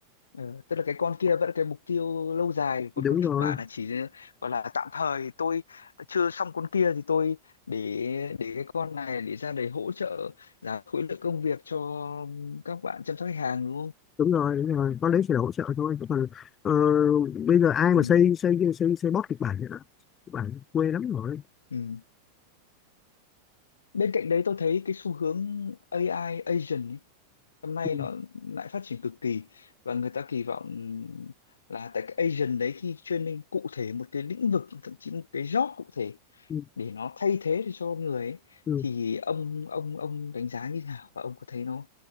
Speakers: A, on the left; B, on the left.
A: Ừ, tức là cái con kia vẫn là cái mục tiêu lâu dài còn
B: đúng
A: con kịch
B: rồi
A: bản là chỉ gọi là tạm thời tôi chưa xong con kia thì tôi để để cái con này để ra để hỗ trợ giảm khối lượng công việc cho các bạn chăm sóc khách hàng đúng không
B: đúng rồi đúng rồi con đấy chỉ là hỗ trợ thôi chứ còn ờ, bây giờ ai
A: ừ,
B: mà xây xây xây xây bot kịch bản nữa kịch bản quê lắm rồi
A: ừ. bên cạnh đấy tôi thấy cái xu hướng AI agent ấy, hôm nay
B: ừ,
A: nó lại phát triển cực kỳ và người ta kỳ vọng là tại cái agent đấy khi training cụ thể một cái lĩnh vực thậm chí một cái job cụ thể
B: ừ,
A: để nó thay thế được cho con người ấy,
B: ừ.
A: thì ông ông ông đánh giá như thế nào và ông có thấy nó